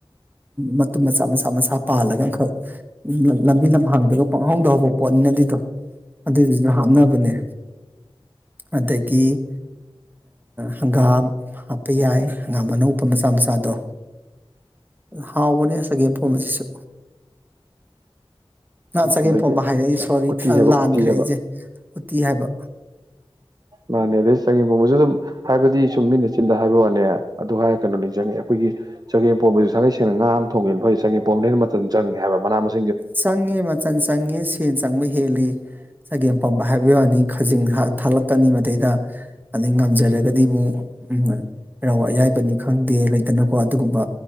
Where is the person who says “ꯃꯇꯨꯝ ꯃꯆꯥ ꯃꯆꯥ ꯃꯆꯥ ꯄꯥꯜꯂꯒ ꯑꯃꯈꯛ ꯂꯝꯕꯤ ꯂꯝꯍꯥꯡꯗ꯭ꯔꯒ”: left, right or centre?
Right